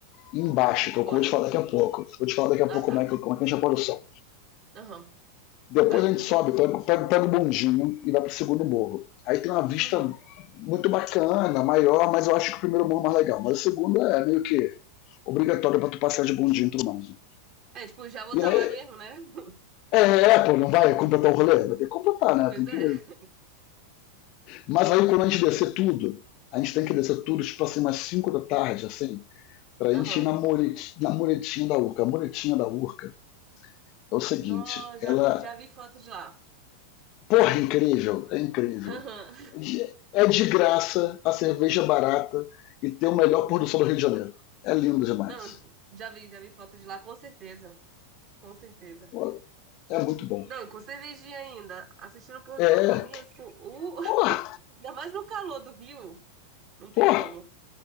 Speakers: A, on the left; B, on the right.
A: embaixo,
B: De fora.
A: que é o que eu vou te falar daqui a pouco. Vou te falar daqui a
B: Ah,
A: pouco
B: tá.
A: como é que, como é que a gente apoia o sol.
B: Aham.
A: Depois
B: Vai.
A: a gente sobe, pega, pega, pega o bondinho e vai para o segundo morro. Aí tem uma vista
B: Uhum.
A: muito bacana, maior, mas eu acho que o primeiro morro é mais legal. Mas o segundo é meio que obrigatório para tu passar de bondinho e tudo mais. Né?
B: É, tipo, já vou
A: E
B: estar
A: aí,
B: lá mesmo, né? <laughs>
A: é, é, pô, não vai completar o rolê? Vai ter que completar, né?
B: Pois
A: Tem que...
B: é.
A: Mas aí quando a gente descer tudo, a gente tem que descer tudo, tipo assim, umas 5 da tarde, assim, pra
B: Aham.
A: gente ir na, moret... na muretinha da Urca. A muretinha da Urca é o seguinte,
B: Nó, já
A: ela
B: vi, já vi foto de lá.
A: Porra, é incrível, é incrível.
B: Aham.
A: É de graça, a cerveja é barata e tem o melhor pôr do sol do Rio de Janeiro. É lindo demais.
B: Não, já vi, já vi foto de lá, com certeza. Com certeza.
A: Porra, é muito bom.
B: Não, com cervejinha ainda. Assistindo o pôr
A: É,
B: do sol, pra mim, é tipo, o...
A: porra,
B: <laughs> ainda mais no calor do Rio. Não tem
A: porra.
B: como.